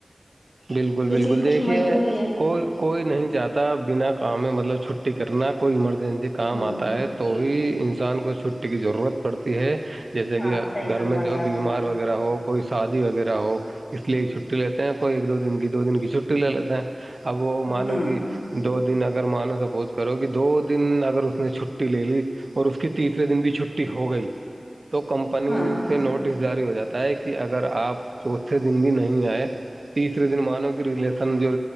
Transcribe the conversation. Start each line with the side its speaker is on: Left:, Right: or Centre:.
Right: بالکل
Left: کسی
Right: بالکل
Left: کی کچھ
Right: دیکھیے
Left: مجبوری ہے
Right: کوئی کوئی نہیں چاہتا بنا کام میں مطلب چھ ٹکٹ نہ کوئی ایمرجنسی کام
Left: ہوں
Right: آتا ہے تو ہی انسان کو چھٹی کی ضرورت پڑتی ہے جیسے
Left: ہاں
Right: کہ
Left: صحیح
Right: گھر
Left: فرمایا
Right: میں جو
Left: آپ
Right: بیمار
Left: نے
Right: وغیرہ ہو کوئی شادی وغیرہ اس لیے چھٹی لیتے ہیں کوئی ایک دو دن کی دو دن کی چھٹی لے لیتے ہیں اب وہ
Left: ہوں
Right: مانو
Left: ہوں
Right: کہ دو دن اگر مانو سپوز کرو کہ دو دن اگر اس نے چھٹی لے لی اور اس کی تیسرے دن بھی چھٹی ہو گئی تو کمپنی
Left: ہاں
Right: سے
Left: ہاں
Right: نوٹس جاری ہو جاتا ہوتا ہے کہ اگر آپ چوتھے دن بھی نہیں آئے تیسرے دن مانو کی ریلیشن جو